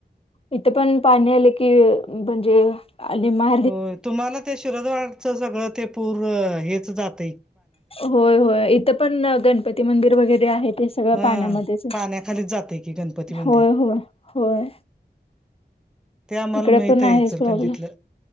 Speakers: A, on the left; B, in the centre.
A: इथे पण पाणी आले की म्हणजे आणि मा
B: हो तुम्हाला ते शरजवाटच सगळं ते पूर हेच जात.
A: होय होय इथं पण गणपती मंदिर वगैरे आहेत. ते सगळं
B: हा
A: पाण्यामध्येच
B: पाण्याखालीच जातय की गणपती मंदिर
A: होय होय होय.
B: ते आम्हाला
A: इकडे
B: माहित
A: पण
B: आहे
A: आहेच
B: इचलकरंजीतलं
A: प्रॉब्लेम